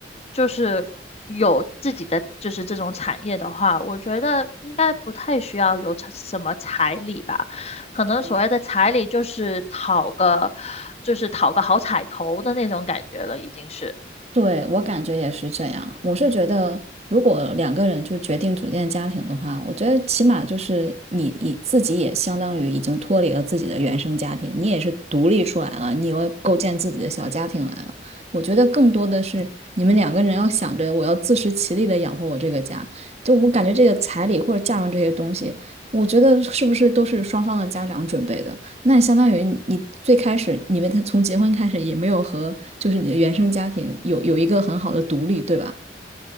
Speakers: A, on the left; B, on the right.
A: 就是有自己的就是这种产业的话，我觉得应该不太需要有彩什么彩礼吧。可能所谓的彩礼就是讨个就是讨个好彩头的那种感觉了，
B: 对。
A: 已经是。
B: 对，我感觉也是这样。我是觉得，如果两个人就决定组建家庭的话，我觉得起码就是你你自己也相当于已经脱离了自己的原生家庭，你也是独立出来了，你又构建自己的小家庭来了。我觉得更多的是你们两个人要想着我要自食其力的养活我这个家。就我感觉这个彩礼或者嫁妆这些东西，我觉得是不是都是双方的家长准备的？那相当于你最开始你们从结婚开始也没有和就是你的原生家庭有有一个很好的独立，对吧？